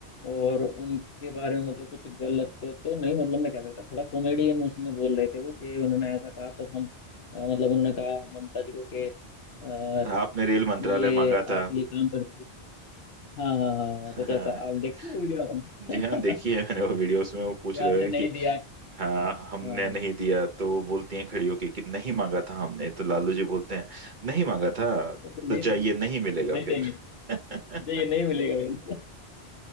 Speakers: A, on the left; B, on the right.
A: और उनके बारे में मतलब कुछ गलत तो नहीं मतलब मैं कह सकता थोड़ा कॉमेडियन उसमें बोल रहे थे वो कि उन्होंने ऐसा कहा तो हम अ, मतलब उन्होंने कहा ममता जी को कि अ,
B: आपने रेल मंत्रालय
A: ये
B: मांगा था
A: आप ये काम कर दीजिए हाँ हाँ हाँ
B: <laughs>
A: हाँ कुछ ऐसा आप देखिए वीडियो आपने
B: जी हाँ देखी है
A: <laughs>
B: मैंने वो वीडियो उसमें वो पूछ
A: ये
B: रहे
A: आपने
B: हैं
A: नहीं
B: कि
A: दिया
B: हाँ
A: हाँ
B: हमने नहीं दिया तो वो बोलती हैं खड़ी होके कि नहीं मांगा था हमने तो लालू जी बोलते हैं नहीं मांगा था
A: तो फिर नहीं
B: तो जाइए
A: दिया
B: नहीं मिलेगा
A: तो नहीं
B: फिर
A: देंगे
B: <laughs>
A: जो ये नहीं मिलेगा मेरे